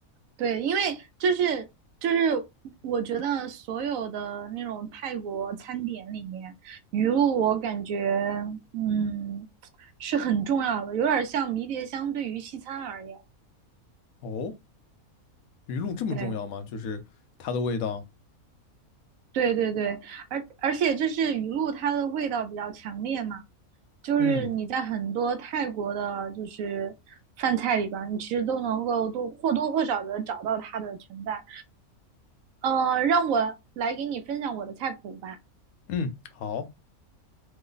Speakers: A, on the right (about 70°); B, on the left (about 75°).
A: 对，因为就是就是我觉得所有的那种泰国餐点里面，鱼露我感觉嗯是很重要的，有点像迷迭香对于西餐而言，
B: 哦，鱼露这么重要吗？
A: 对
B: 就是它的味道。
A: 对对对，而而且就是鱼露它的味道比较强烈嘛。就是你在很多泰国的，
B: 嗯
A: 就是饭菜里边你其实都能够多或多或少的找到它的存在。呃，让我来给你分享我的菜谱吧。
B: 嗯，好。